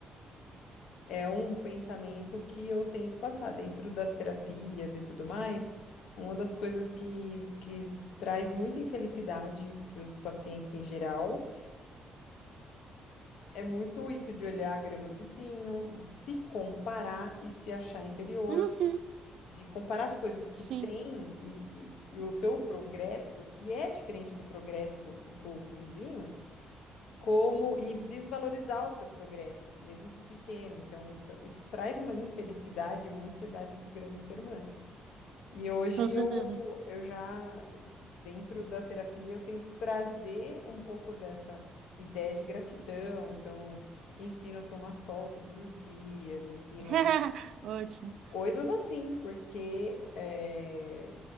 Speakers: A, on the left; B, on the right.
A: é um pensamento que eu tento passar dentro das terapias e tudo mais. Uma das coisas que, que traz muita infelicidade para os pacientes em geral é muito isso de olhar a grama do vizinho, de se comparar e se achar inferior,
B: Uhum,
A: de comparar as coisas que
B: sim,
A: tem e, e e o seu progresso, que é diferente do progresso do vizinho como e desvalorizar o seu progresso, mesmo que pequeno. Então, isso, isso traz uma infelicidade, uma ansiedade muito grande no ser humano. E hoje
B: com certeza.
A: eu, eu já, dentro da terapia, eu tento trazer um pouco dessa ideia de gratidão. Então, ensino a tomar sol todos os dias, ensino
B: <laughs> Ótimo.
A: coisas assim, porque, eh,